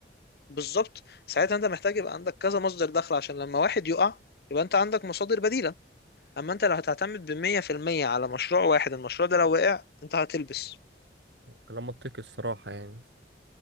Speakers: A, on the left; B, on the right.
A: بالظبط ساعتها انت محتاج يبقى عندك كذا مصدر دخل عشان لما واحد يقع يبقى انت عندك مصادر بديلة اما انت لو هتعتمد بمية في المية على مشروع واحد المشروع ده لو وقع انت هتلبس
B: كلام منطقي الصراحة يعني